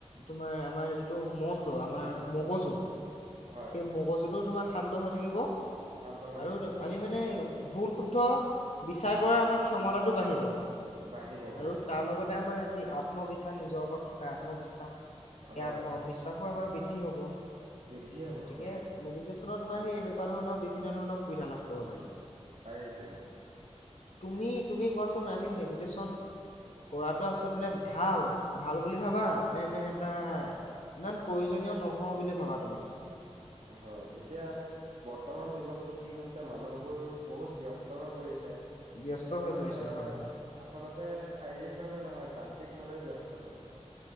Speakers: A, on the left; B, on the right.
A: তোমাৰ আমাৰ যিটো মনটো আমাৰ মগজু
B: হয়
A: সেই মগজুতোও তোমাৰ শান্ত হৈ থাকিব।
B: শান্ত হৈ
A: আৰু
B: থাকিব
A: আমি
B: হয়
A: মানে ভুল, শুদ্ধ বিচাৰ কৰা আমাৰ ক্ষমতাটো বাঢ়ি যাব।
B: বাঢ়িব-বাঢ়িব।
A: আৰু তাৰ লগতে আমাৰ যি আত্মবিশ্বাস নিজৰ ওপৰত থকা আত্মবিশ্বাস, সেই
B: হয়
A: আত্মবিশ্বাসো আমাৰ বৃদ্ধি হ'ব।
B: বৃদ্ধি হ'ব
A: গতিকে
B: হয়।
A: মেডিটেশ্যনৰ তোমাৰ সেই এনেকুৱা ধৰণৰ, বিভিন্ন ধৰণৰ সুবিধা লাভ কৰিব পাৰি।
B: পাৰি-পাৰি।
A: তুমি-তুমি কোৱাচোন আমি মেডিটেশ্যন কৰাটো আচলতে ভাল? ভাল বুলি ভাবা, নে-নে এটা ইমান প্ৰয়োজনীয় নহয় বুলি ভাবা তুমি?
B: হয়, এতিয়া বৰ্তমান যুগতটো কি হৈছে, মানুহবোৰ বহুত ব্যস্ত হৈ পৰিছে।
A: ব্যস্ত হৈ
B: মানে
A: পৰিছে
B: ধৰা,
A: হয় হয়
B: আচলতে শাৰীৰিকভাৱে নহয়, যান্ত্ৰিকভাৱে ব্যস্ত হৈছে।